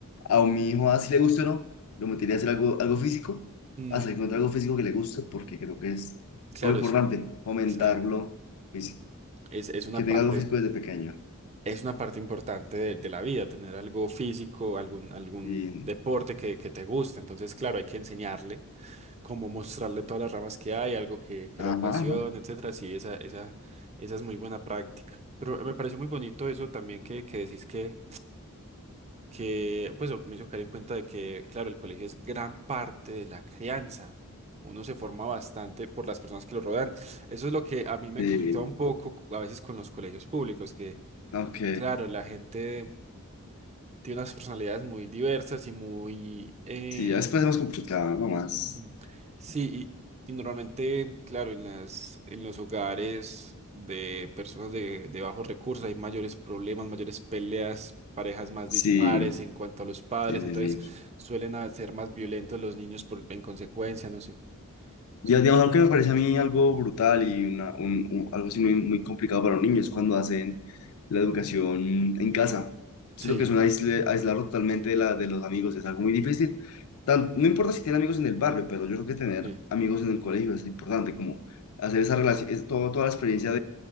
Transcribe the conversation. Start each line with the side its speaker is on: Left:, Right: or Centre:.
Left: a mi hijo, así le guste o no, lo metería a hacer algo, algo físico,
Right: Mm,
Left: hasta que encuentre algo físico que le guste porque creo que es
Right: claro,
Left: lo importante,
Right: es,
Left: fomentarlo
Right: esa-
Left: físicamente
Right: es, es una
Left: que tenga
Right: parte,
Left: algo físico desde pequeño.
Right: es una parte importante de, de la vida, tener algo físico, algún, algún
Left: Y,
Right: deporte que, que te guste. Entonces, claro, hay que enseñarle. como mostrarle todas las ramas que hay, algo que, que
Left: ajá,
Right: lo apasiona,
Left: ajá.
Right: etcétera. Sí, esa, esa, esa es muy buena práctica. Pero me pareció muy bonito eso también que, que decís que, que, pues, o que me hizo caer en cuenta de que, claro, el colegio es gran parte de la crianza. Uno se forma bastante por las personas que lo rodean. Eso es lo que a mí me
Left: Sí,
Right: conflictaba un poco cu- a veces con los colegios públicos, que,
Left: ok.
Right: que, claro, la gente tiene unas personalidades muy diversas y muy, eh,
Left: Sí, ya después es más complicado, ¿no? Más.
Right: Ujú. Sí, y, y normalmente, claro, en las, en los hogares de personas de, de bajos recursos hay mayores problemas, mayores peleas, parejas más
Left: Sí,
Right: dispares en cuanto a los padres,
Left: sí,
Right: entonces
Left: sí, sí.
Right: suelen a- ser más violentos los niños por- en consecuencia, no sé. Eso
Left: Di-
Right: me
Left: Digamos,
Right: parece.
Left: algo que me parece a mí algo brutal y una, un, un- algo así muy, muy complicado para los niños es cuando hacen la educación en casa. Siento
Right: Sí,
Left: que es un aisle, aislarlo totalmente de, la, de los amigos, es algo muy difícil. Tan- no importa si tiene amigos en el barrio, pero yo creo que tener
Right: sí,
Left: amigos en el colegio es importante, como hacer esa relación, toda toda la experiencia